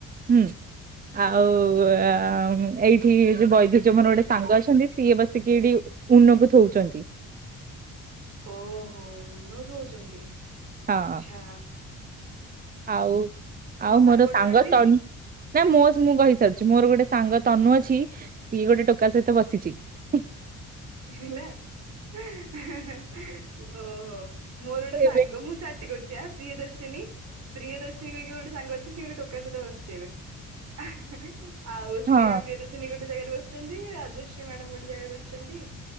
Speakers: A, on the right; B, on the right.
A: ହୁଁ ଆଉ ଉଁ ଉଁ ଏଇଠି। <unintelligible> <inaudible> ଯୋଉମାନେ ଗୋଟେ ସାଙ୍ଗ ଅଛନ୍ତି ସିଏ ବସ୍। <unintelligible> ଥୋଉଛନ୍ତି।
B: ଓହୋଃ ଉନ୍ନତ ହଉଛନ୍ତି।
A: ହଁଅଅ
B: ଆଚ୍ଛା
A: ଆଉ
B: ମୋ
A: ଆଉ ମୋର
B: ଗୁଡା
A: ସାଙ୍ଗ
B: ନା କହିବି
A: ତନ୍ ନାଇଁ ମୋ ମୁଁ କହିସାରିଛି ମୋର ଗୋଟେ ସାଙ୍ଗ। ତନୁ ଅଛି ସିଏ ଗୋଟେ ଟୋକା ସହିତ ବସିଛି ହୁଁ।
B: ହେଲା। <unintelligible> ହେଁ ହେଁ। <inaudible> ଓହୋଃ ମୋର ଗୋଟେ ସାଙ୍ଗ
A: ଏବେ
B: ମୁଁ ସା ରୋଜା ପ୍ରିୟଦର୍ଶିନୀ, ପ୍ରିୟଦର୍ଶିନୀ କହିକି ଗୋଟେ ସାଙ୍ଗ ଅଛି ସିଏ ଗୋଟେ ଟୋକା ସହିତ ବସିିଛି ଏବେ। <unintelligible> ଆଉ ସ୍ନେହା
A: ହଁ
B: ପ୍ରିୟଦର୍ଶିନୀ ଗୋଟେ ଜାଗାରେ ବସିଛନ୍ତି ରାଜଶ୍ରୀ ମ୍ୟାଡ଼ାମ ଗୋ ଗୋଟେ ଜାଗାରେ ବସିଛନ୍ତି।